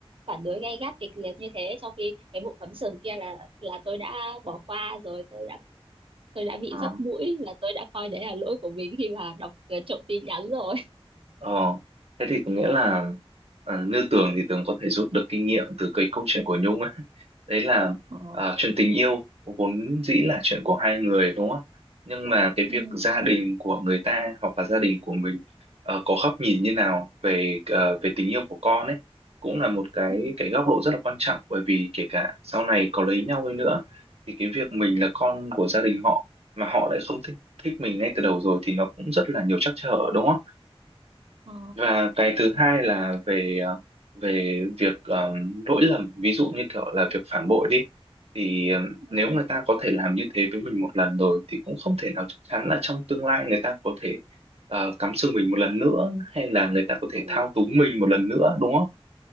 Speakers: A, on the right (about 60°); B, on the right (about 80°).
A: phản đối gay gắt kịch liệt như thế trong khi cái vụ cắm sừng kia là là tôi đã bỏ qua rồi tôi đã tôi đã bị
B: Ừ.
A: dắt mũi là tôi đã coi đấy là lỗi của mình khi mà đọc uh, trộm tin nhắn rồi
B: Ờ, thế thì có nghĩa là à, như Tường thì Tường có thể rút được kinh nghiệm từ cái câu chuyện của Nhung ấy. Đấy là
A: Ồ.
B: à, chuyện tình yêu vốn dĩ là chuyện của hai người đúng không? Nhưng mà cái
A: ừ
B: việc gia đình của người ta hoặc là gia đình của mình ờ, có góc nhìn như nào về ờ, về tình yêu của con ấy cũng là một cái
A: ừ
B: cái góc độ rất là quan trọng bởi vì kể cả sau này có lấy nhau đi nữa thì cái việc mình là con của gia đình họ mà họ lại không thích thích mình ngay từ đầu rồi thì nó cũng rất là nhiều trắc trở đúng không?
A: ờ
B: và cái thứ hai là về ờ, về việc ờ, lỗi lầm ví dụ như kiểu là việc phản bội đi thì ờ,
A: ừ
B: nếu người ta có thể làm như thế với mình một lần rồi thì cũng không thể nào chắc chắn là trong tương lai người ta có thể ờ, cắm sừng mình một lần nữa hay là người ta có
A: ừ
B: thể thao túng mình một lần nữa đúng không?